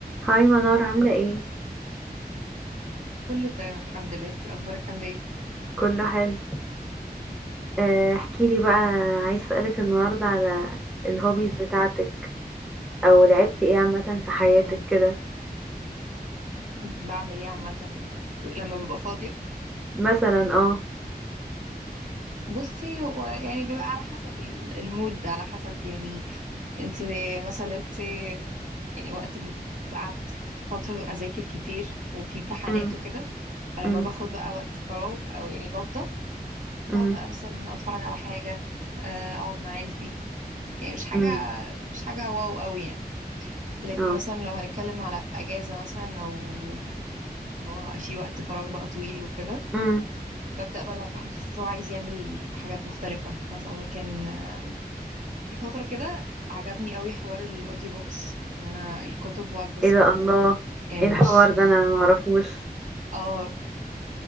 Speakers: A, in the centre; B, on the right.
A: هاي منار عاملة ايه؟
B: كله تمام الحمد لله انتي اخبارك عامله ايه
A: كله حلو آه، احكيلي بقى عايز اسألك النهاردة على الهوبيز بتاعتك او لعبتي ايه عامة في حياتك
B: مم.
A: كده
B: بعمل ايه عامه ف- لما ببقى فاضيه
A: مثلا اه
B: بصي هو يعني بيبقى على حسب ال- المود على حسب يعني انتي مثلا انتي وقت م- قعدت فتره اذاكر كتير وفي امتحانات
A: أم،
B: وكده فلما
A: أم،
B: باخد بقى وقت فراغ او يعني بفضى بقعد
A: أم،
B: بقى مثلا اتفرج على حاجه آه، اقعد مع عيلتي يعني مش حاجه
A: أم،
B: مش حاجه واو قوي يعني لكن
A: اه
B: مثلا لو هنتكلم على في اجازه مثلا او اللي هو في وقت فراغ بقى طويل وكده
A: أم.
B: ببدأ بقى الواحد يحس ان هو عايز يعمل حاجات مختلفة مثلا ممكن آه، في فترة كده عجبني قوي حوار الاوديو بوكس ان انا الكتب واقعد بسمع
A: ايه ده الله
B: كتب يعني
A: ايه الحوار
B: مش
A: ده انا معرفوش
B: اه